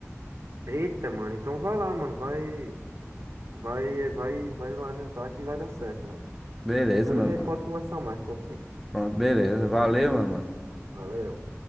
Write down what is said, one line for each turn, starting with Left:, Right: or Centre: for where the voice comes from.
Right: Eita, mano, então vai lá, mano, vai, vai, vai, vai lá jantar que vai dar certo, mano.
Centre: Beleza,
Right: Depois
Centre: meu
Right: a gente
Centre: mano.
Right: pode conversar mais, pode ser?
Centre: Pronto, beleza. Valeu, meu mano.
Right: Valeu.